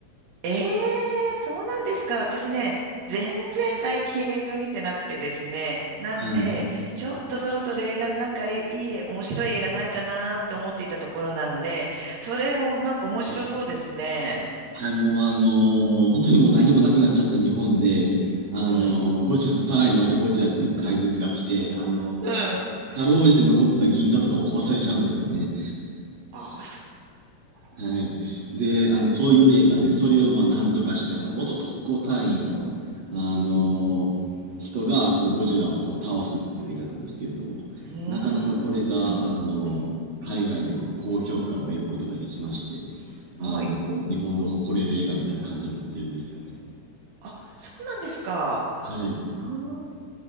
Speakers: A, on the right (about 75°); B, on the right (about 40°).
A: ええ、そうなんですか。私ね、全然最近映画見てなくてですね。なんで、
B: はい。
A: ちょっとそろそろ映画、なんかえいい、面白い映画ないかなって思っていたところなんで、それをなんか面白そうですね。
B: はい、もうあの、もう本当にもう何もなくなっちゃった日本で、あの、
A: うん。
B: ゴジラ、さらにまたゴジラっていう怪物が来て、あの、
A: うん。あ
B: かろうじて残ってた銀座とかを壊されちゃうんですよね。
A: あ、そ
B: はい。で、あの、そういう映画で、それをまあなんとかして、あの、元特攻隊員の、あの、人がこうゴジラをこう倒すっていう映画なんですけれども、
A: う。うー
B: なかなかこれが、
A: ん。うん。
B: あの、
A: うん。
B: 海外でこう高評価を得ることができまして、
A: はい。
B: あの、こう、日本が誇れる映画みたいな感じになってるんですよね。
A: あ、そうなんですか。
B: はい。
A: あー